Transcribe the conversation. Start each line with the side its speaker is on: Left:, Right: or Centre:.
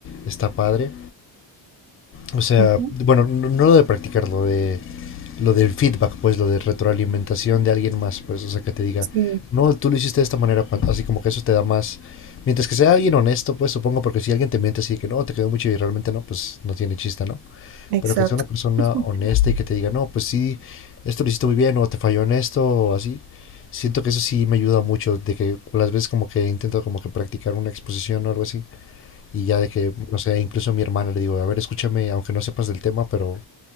Left: está padre. O sea,
Right: <laughs> Ujú.
Left: bueno, no, no lo de practicar, lo de lo del feedback, pues lo de retroalimentación de alguien más, pues, o sea, que te diga,
Right: Sí,
Left: no, tú lo hiciste de esta manera, pan- así como que eso te da más, mientras que sea alguien honesto, pues supongo, porque si alguien te miente así de que no, te quedó mucho y realmente no, pues no tiene chiste, ¿no?
Right: exacto.
Left: pero que sea una persona
Right: <laughs>
Left: honesta y que te diga, no, pues sí, esto lo hiciste muy bien o te falló en esto o así. Siento que eso sí me ayuda mucho, de que las veces como que intento como que practicar una exposición o algo así, y ya de que, no sé, incluso a mi hermana le digo, a ver, escúchame, aunque no sepas del tema, pero